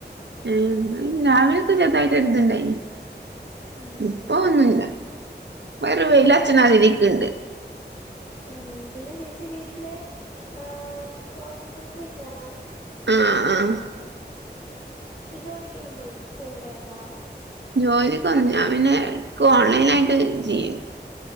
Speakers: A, on the right; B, on the left.
A: ഉം രാവിലൊക്കെ ചെറുതായിട്ടൊര് ഇത്ണ്ടായ്നി.
B: ഉം
A: ഇപ്പൊ ഒന്നുവില്ല ഇപ്പോ ഒരു വെല്യച്ചനാകാൻ ആഗ്രഹിക്കുന്നുണ്ട്
B: ഉം പിന്നെ ചേച്ചി വീട്ടില് ഏഹ് ഹൗ ഹൗസ് വൈഫാണോ?
A: ആഹ് ആഹ്
B: ജോലിക്കൊന്നും പോ പോവൂലാർന്നോ?
A: ജോലിക്കൊന്ന് ഞാൻ പിന്നെ, ക്ക് ഓൺലൈനായിട്ട് ചെയ്യും.